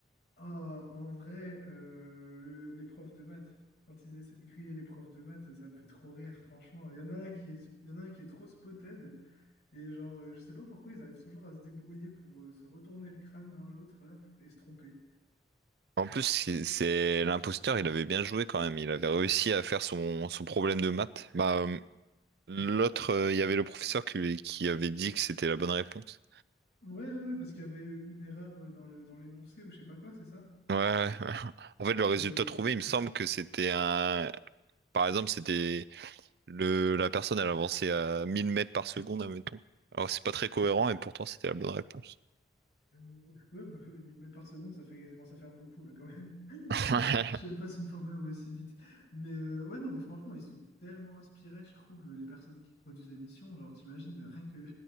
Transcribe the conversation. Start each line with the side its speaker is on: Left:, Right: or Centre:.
Left: Ah, en vrai, euh, le- les profs de maths. Quand ils essaient de griller les profs de maths, ça me fait trop rire, franchement. Il y en a un qui est, il y en a un qui est trop spotted. Et genre, euh, je sais pas pourquoi ils arrivent toujours à se débrouiller pour euh, se retourner le crâne l'un l'autre là pour, et se tromper.
Right: En plus, c'est c'est- l'imposteur, il avait bien joué quand même. Il avait réussi à faire son, son problème de maths. Bah, euh, l'autre, euh, il y avait le professeur qui, lui- qui avait dit que c'était la bonne réponse.
Left: Ouais, ouais, ouais, parce qu'il y avait une erreur euh, dans le, dans l'énoncé ou je sais pas quoi, c'est ça?
Right: Ouais, ouais. <laughs> En fait, le résultat
Left: Euh,
Right: trouvé, il me semble que c'était un. Par exemple, c'était Le, la personne, elle avançait à 1000 mètres par seconde, admettons. Alors, c'est pas très cohérent et pourtant, c'était la bonne réponse.
Left: Euh, Ouais, bah, oui, 1000 mètres par seconde, ça fait, ça commence à faire beaucoup là quand même. <laughs>
Right: <laughs>
Left: Je sais même pas si une Formule 1 va aussi vite. Mais euh, ouais, non, mais franchement, ils sont tellement inspirés, je trouve, euh, les personnes qui produisent l'émission. Genre, t'imagines, euh, rien que,